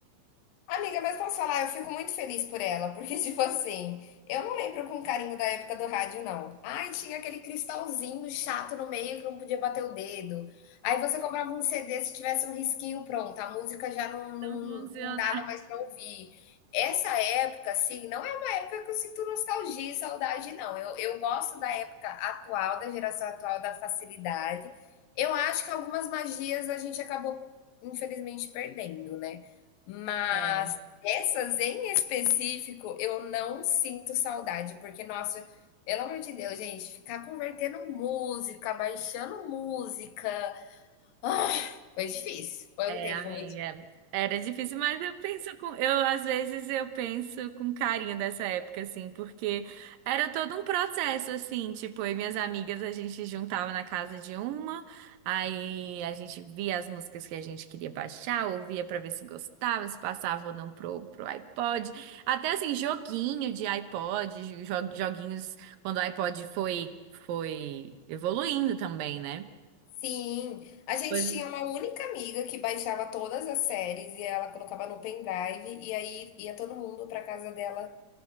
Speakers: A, on the left; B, on the right.
A: Amiga, mas posso falar, eu fico muito feliz por ela, porque, <laughs> tipo assim, eu não lembro com carinho da época do rádio, não. Ai, tinha aquele cristalzinho chato no meio que não podia bater o dedo. Aí você comprava um CD, se tivesse um risquinho, pronto, a música já não, não,
B: <laughs> Não funciona.
A: não dava mais pra ouvir. Essa época, assim, não é uma época que eu sinto nostalgia e saudade, não. Eu, eu gosto da época atual, da geração atual, da facilidade. Eu acho que algumas magias a gente acabou, infelizmente, perdendo, né? Mas
B: É.
A: essas em específico, eu não sinto saudade, porque, nossa, pelo amor de Deus, gente, ficar convertendo música, baixando música, ah, foi difícil. Foi
B: É,
A: um tempo
B: amiga.
A: muito.
B: Era difícil, mas eu penso com, eu às vezes eu penso com carinho dessa época, assim, porque era todo um processo, assim, tipo, eu e minhas amigas a gente juntava na casa de uma, aí a gente via as músicas que a gente queria baixar, ouvia pra ver se gostava, se passava ou não pro, pro iPod, até assim, joguinho de iPod, jo- joguinhos quando o iPod foi, foi evoluindo também, né?
A: Sim, a gente
B: Pois.
A: tinha uma única amiga que baixava todas as séries e ela colocava no pendrive e aí ia todo mundo para casa dela